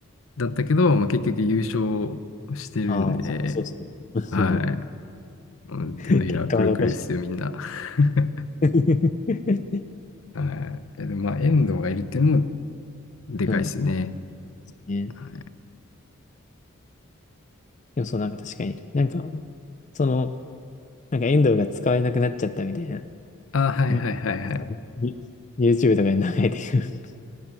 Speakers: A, on the left; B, on the left.
A: だったけど、まあ、結局優勝してるんで、
B: ああ、そうか、そうですね。
A: はい。
B: <laughs>
A: もう手のひらくるくるですよ、
B: <laughs> 結果は残した。
A: みんな。<laughs>
B: <laughs>
A: はい。いや、でも、まあ、遠藤がいるっていうのもでかいですよね。
B: うん。ね。
A: はい。
B: でもそう、なんか確かに、なんか、その、なんか遠藤が使えなくなっちゃったみたいな、
A: あ、はいはいはいはい。
B: に、に YouTube とかに流れてくる。<laughs>